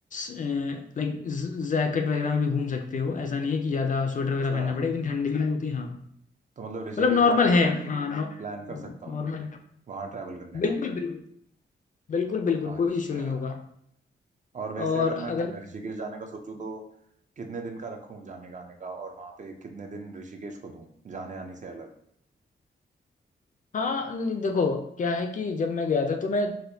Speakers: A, on the left; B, on the right.
A: लाइक जैकेट वगैरह में भी घूम सकते हो ऐसा नहीं है कि ज़्यादा स्वेटर
B: अच्छा
A: वगैरह पहनना पड़े इतनी ठंडी भी नहीं होती हाँ
B: तो मतलब ऋषिकेश
A: मतलब नॉर्मल
B: जाने
A: है
B: का
A: नॉर्मल
B: मैं
A: है हाँ
B: प्लान कर
A: हाँ
B: सकता हूँ
A: नॉर्मल है
B: वहां ट्रैवल करने
A: बिल्कुल
B: का
A: बिल्कुल बिल्कुल बिल्कुल
B: अच्छा
A: कोई इशू नहीं होगा
B: और वैसे
A: और
B: अगर
A: अगर
B: मैं ऋषिकेश जाने का सोचूं तो कितने दिन का रखूं जाने का आने का और वहां पे कितने दिन ऋषिकेश को दूं जाने आने से अलग
A: हाँ नहीं, देखो क्या है कि जब मैं गया था तो मैं